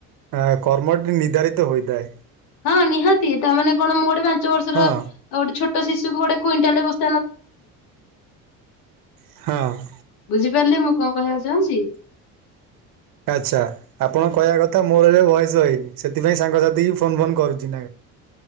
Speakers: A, on the right; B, on the left.
A: ଆ କର୍ମଟି ନିର୍ଦ୍ଧାରିତ ହୋଇଥାଏ।
B: ହଁ ନିହାତି ତାମାନୋନେ କଣ ମୁଁ ଗୋଟେ ପାଞ୍ଚ ବର୍ଷର
A: ହଁ
B: ଗୋଟେ ଛୋଟ ଶିଶୁକୁ ଗୋଟେ କୁଇଣ୍ଟାଲ ବସ୍
A: <unintelligible> ହଁ।
B: ପାରିଲେ ମୁଁ କଣ କହିବାକୁ ଚାହୁଁଛି।
A: ଆଚ୍ଛା ଆପଣଙ୍କ କହିବା କଥା ମୋର ଏବେ ବୟସ ହେଇନି ସେଥିପାଇଁ ସାଙ୍ଗସାଥି ଫୋନ ଫୋନ କରୁଛି।